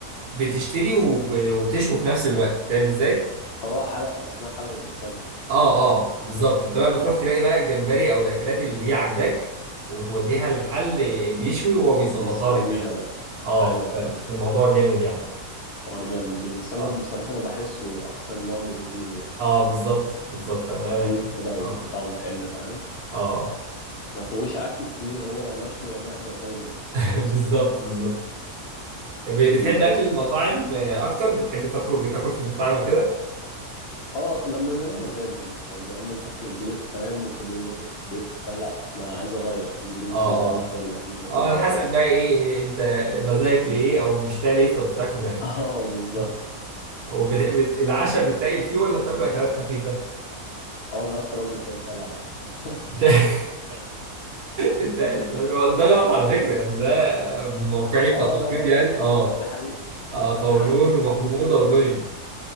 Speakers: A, on the right; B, on the left.
A: بتشتري وب- وبتشوي في نفس الوقت فاهم ازاي؟
B: اه حلقة اسمها حلقة السمك
A: اه اه بالظبط انت بقى بتروح تلاقي بقى الجمبري او الاكلات اللي هي عاجباك وتوديها لمحل بيشوي وهو بيظبطها
B: يسويها
A: لك يعني
B: بقى
A: اه
B: ايوه فاهم
A: الموضوع جامد يعني
B: حوار جامد السمك
A: اه
B: بصراحة انا بحسه احسن نوع بروتين يعني
A: اه بالظبط بالظبط انا
B: خفيف
A: أنا- يعني
B: كده وطعمه
A: اه
B: حلو فاهم
A: اه
B: ما فيهوش عك كتير هو يا مشوي يا مقلي يا طاجن خلاص
A: <laughs> بالظبط
B: فاهم؟
A: بالظبط ب- بتحب
B: انت إيه؟
A: اكل المطاعم آه، اكتر بتحب تخرج تاكل في المطاعم وكده
B: اه لما بلاقي مزاج لو زهقان من اكل البيت فاهم وكل يوم باكل في البيت وبتاع لا انا عايز اغير انزل يوم
A: اه
B: في الاسبوع
A: اه
B: كده ولا اتنين اكل
A: اه على
B: بره
A: حسب
B: يعني
A: بقى ايه انت مزاجك لايه او مشتاق لايه فبتاكله يعني
B: <laughs> اه بالظبط
A: آه. والعشاء بتتقل فيه ولا بتاكل اكلات خفيفه
B: اه ده اكتر وجبه قليل فيها العشاء بصراحه
A: بت-
B: <laughs>
A: <laughs> بتتقل في العشاء ده غلط على فكره يعني ده آه، من موقعي كطبيب
B: اه ده غلط
A: يعني اه
B: اه دي حقيقه
A: اه قولون
B: يعني المفروض
A: وحموضه ودنيا